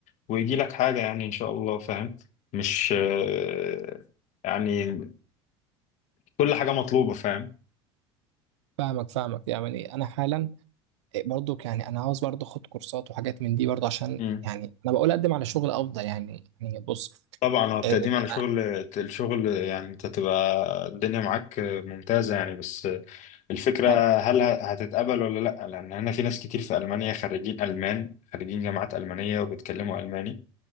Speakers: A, on the left; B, on the right.
A: ويجي لك حاجة يعني إن شاء الله فاهم مش آه، يعني كل حاجة مطلوبة فاهم
B: فاهمك فاهمك يعني انا حالا آه، برضو يعني انا عاوز برضو اخد كورسات وحاجات من دي برضو عشان
A: مم.
B: يعني انا بقول اقدم على شغل افضل يعني يعني بص
A: طبعا هو التقديم
B: آه،
A: على شغل
B: آه،
A: الشغل يعني انت تبقى الدنيا معاك ممتازة يعني بس الفكرة
B: طب
A: هل هتتقبل ولا لأ لأن هنا في ناس كتير في ألمانيا خريجين ألمان خريجين جامعات ألمانية وبيتكلموا ألماني